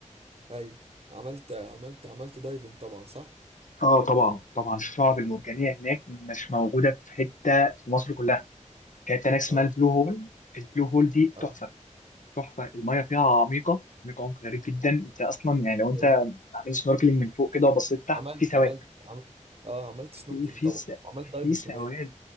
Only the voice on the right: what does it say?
ايوه عملت عملت عملت دايفنج طبعا صح
اه
اه
ايوه
عملت
عملت عملت اه عملت
سنوركلينج
طبعا
وعملت دايفنج
كمان